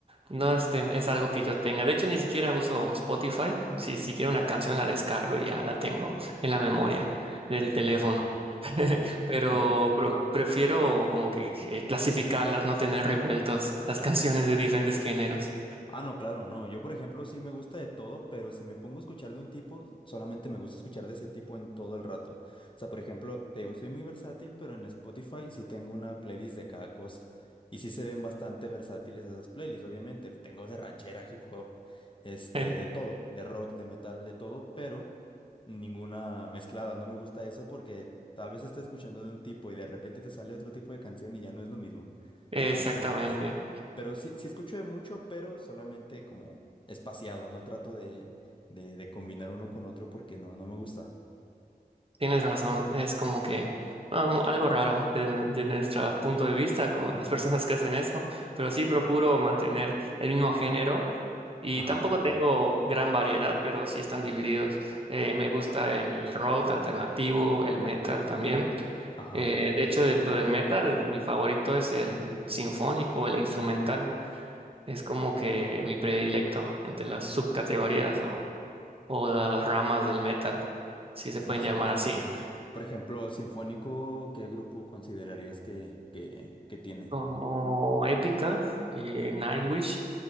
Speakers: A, on the right; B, on the left.
A: no este, es algo que yo tenga. De hecho, ni siquiera uso Spotify. Si, si quiero una canción, la descargo y ya la tengo en la memoria del teléfono.
B: Sí, sí.
A: <laughs>
B: No.
A: Pero,
B: de
A: pro- prefiero como que que clasificarlas, no tener revueltos las canciones de diferentes géneros.
B: Ah, no, claro, no. Yo, por ejemplo, sí me gusta de todo, pero si me pongo a escuchar de un tipo, solamente me gusta escuchar de ese tipo en todo el rato. O sea, por ejemplo, te digo, soy muy versátil, pero en Spotify sí tengo una playlist de cada cosa. Y sí se ven bastante versátiles esas playlists, obviamente. Tengo de ranchera, hip hop, este,
A: <laughs>
B: de todo, de rock, de metal, de todo, pero ninguna mezclada. No me gusta eso porque tal vez estás escuchando de un tipo y de repente te sale otro tipo de canción y ya no es lo mismo.
A: Exactamente,
B: Entonces... Pero sí, sí escucho de mucho, pero solamente como espaciado. No trato de, de, de combinar uno con otro porque no, no me gusta.
A: tienes razón, es como que um, algo raro de, de nuestro punto de vista con las personas que hacen eso, pero sí procuro mantener el mismo género y
B: Ajá,
A: tampoco tengo gran variedad, pero sí están divididos. Eh, me gusta el rock alternativo, el metal también.
B: ajá.
A: Eh, de hecho, dentro del metal, mi favorito es el sinfónico, el instrumental. Es como que mi predilecto entre las subcategorías o o las ramas del metal, si se pueden
B: El sinfónico.
A: llamar así,
B: Por ejemplo, sinfónico, ¿qué grupo considerarías que, que, que tiene?
A: como Epica, eh, Nightwish,